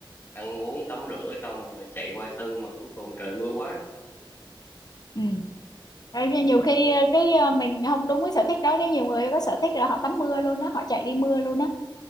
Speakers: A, on the left; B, on the left.
A: ăn uống tắm rửa xong rồi chạy qua sân mà cuối cùng trời mưa quá.
B: Ừ. Đấy, nhưng nhiều khi ờ, cái ờ, mình không đúng với sở thích đó chứ nhiều người có sở thích là họ tắm mưa luôn á họ chạy đi mưa luôn á